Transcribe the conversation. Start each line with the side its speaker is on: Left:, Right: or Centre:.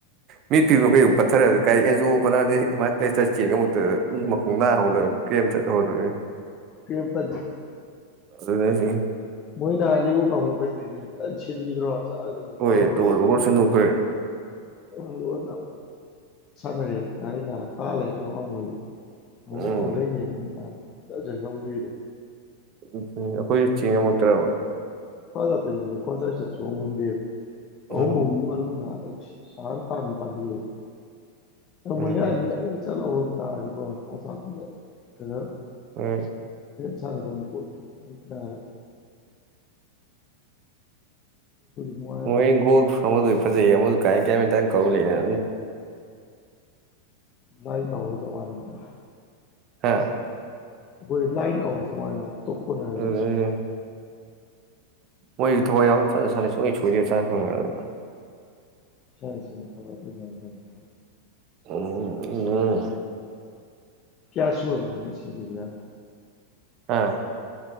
Right: ꯃꯤ ꯇꯤꯝ ꯃꯈꯩ ꯄꯠꯊꯔ ꯀꯥꯏ ꯑꯦꯟꯖ‌ꯣ ꯐꯔꯅꯥꯟꯗ‌ꯦꯁ ꯃꯥꯏ ꯄꯂ‌ꯦꯁ ꯇꯧ ꯆꯥ ꯦꯦꯟ ꯉꯃꯛꯇꯅ ꯆꯣ
Left: ꯀ ꯀꯣ
Right: ꯑꯗꯨꯅ ꯑꯩꯁꯦ
Left: ꯃꯅꯅꯥꯅꯤ ꯀ ꯀꯩ ꯃꯤ ꯁꯤꯟꯈꯤꯗ꯭ꯔꯣ
Right: ꯍꯣꯏ
Left: ꯇꯧꯔꯒ
Right: ꯂꯣꯜ ꯑꯣꯚꯔ ꯆꯦꯟꯗꯣꯛꯈ꯭ꯔꯦ
Left: ꯣꯏ ꯁꯥꯟꯅꯔꯦ ꯀꯥꯏꯅ ꯇꯥꯜꯂꯦ ꯂꯉ ꯃꯣꯏ ꯑꯣ
Right: ꯎꯝ
Left: ꯑꯣꯗꯅꯤꯃꯤ ꯆ ꯆꯪꯒ ꯑꯃꯒꯗꯣ
Right: ꯎꯝ ꯎ ꯑꯩꯈꯣꯏꯁꯨ ꯆꯦꯡꯉꯝꯃꯛꯇ꯭ꯔꯕ
Left: ꯀ꯭ꯋꯥ ꯃꯣꯏ ꯀ꯭ꯋꯥꯗꯥꯏ ꯆꯠꯁꯨ ꯉꯉꯝꯗꯦ ꯑꯍꯨꯝ
Right: ꯎꯝ
Left: ꯑꯍꯨꯝ ꯃꯔꯝ ꯅꯥ ꯁꯍꯅ ꯇꯥꯅ ꯇꯥꯁꯤꯜꯂꯦꯕ
Right: ꯎꯝ
Left: ꯃꯣꯏꯅ ꯑꯅꯤꯇꯪ ꯆꯠꯍꯧ ꯠꯇ ꯐꯁ ꯀ
Right: ꯎꯝ
Left: ꯁꯥ ꯇꯃꯤ ꯄꯨꯣꯠꯇꯣꯔ ꯅꯨꯡꯉꯥꯏꯍꯜꯂꯤ
Right: ꯃꯣꯏ
Left: ꯀꯥꯏꯗꯩ
Right: ꯒꯣꯜ ꯑꯃꯗ ꯐꯖꯩ ꯑꯃꯗꯨ ꯀꯥꯏ ꯀꯌꯥꯃꯇ ꯀꯧꯔꯤ ꯂꯩꯅ
Left: ꯅ ꯀꯥꯎꯑꯣꯖꯃꯅꯤꯅ
Right: ꯍꯥꯥ
Left: ꯣꯏ ꯂꯥꯏꯟ ꯀꯥꯎ ꯆ ꯃꯥꯅꯦ ꯇꯞ ꯀꯣꯅꯔ
Right: ꯑꯗꯨ ꯃꯣꯏꯁꯨ ꯊꯋꯥꯏ ꯌꯥꯎꯅ ꯐꯖꯅ ꯁꯥꯟꯅꯩ ꯁꯨꯡꯣꯏ ꯁꯣꯏꯗꯦꯥꯅ ꯈꯪꯉ ꯑꯗꯨꯅ
Left: ꯁꯔ ꯁꯔꯤ ꯊꯋꯥꯏ ꯐ ꯌꯥꯎ ꯆꯅ ꯀ
Right: ꯎꯝ ꯎ
Left: ꯀꯌꯥ ꯁꯨ ꯑꯃ ꯃꯨꯅ ꯃꯤꯁꯤꯖꯤꯅꯥ
Right: ꯑꯥ